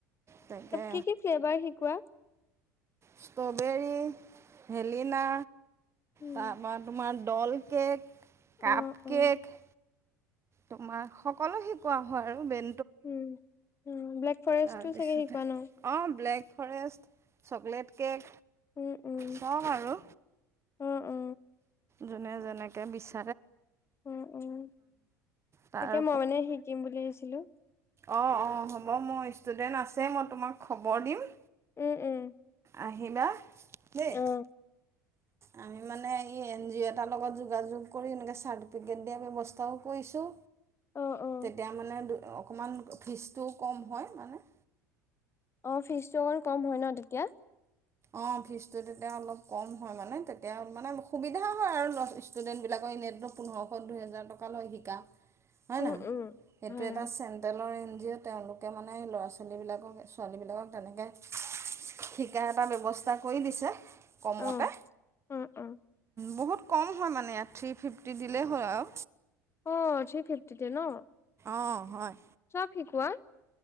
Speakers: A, on the right; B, on the left.
A: তাকে
B: কি কি ফ্লেভাৰ শিকোৱা
A: ষ্ট্ৰবেৰী ভেলিনা
B: উম,
A: তাৰপা তোমাৰ ডল কেক কাপ
B: অ', অ'।
A: কেক তোমাৰ সকলো শিকোৱা হয় আৰু বে
B: উ ব্লেক ফৰেষ্টটো
A: তাৰপিছতে
B: চাগে শিকোৱা ন
A: অঁ ব্লেক ফৰেষ্ট চকলেট কেক
B: উম উম
A: চব আৰু
B: অ অ
A: যোনে যেনেকে বিচ
B: উম উম
A: তাৰ
B: তাকে মই মানে শিকিম বুলি আহিছিলো
A: অ অ হ'ব মোৰ ষ্টুডেন্ট আছে মই তোমাক খবৰ দিম
B: উম উম
A: আহিবা দেই
B: অ
A: আমি মানে এন জি অ' এটাৰ লগত যোগাযোগ কৰি এনে চাৰ্টিফিকেট দিয়া ব্যৱস্থাও কৰিছো
B: অ অ
A: তেতিয়া মানে অকণমান ফিজটোও কম হয় মানে
B: অ ফিজটো অকণ কম হয় ন তেতিয়া
A: অ ফিজটো তেতিয়া অলপ কম হয় মানে তেতিয়া মানে সুবিধা হয় আৰু ষ্টুডেন্ট বিলাকৰ হয় <unintelligible> পোন্ধৰশ দুহেজাৰ টকা লয় শিকা হয়
B: উম
A: নহয়
B: উম
A: সেইটো
B: হয়
A: এটা
B: হয়
A: চেণ্ট্ৰেলৰ যে তেওঁলোকে মানে ল'ৰা ছোৱালীবিলাকক ছোৱালীবিলাকক তেনেকে শিকা এটা ব্যৱস্থা কৰি দিছে কমতে
B: অ অ অ
A: বহুত কম হয় মানে ইয়াত থ্ৰী ফিফটি দিলেই হ'ল আৰু
B: অ থ্ৰী ফিফ্তিতে ন
A: অঁ হয়
B: চব শিকুৱা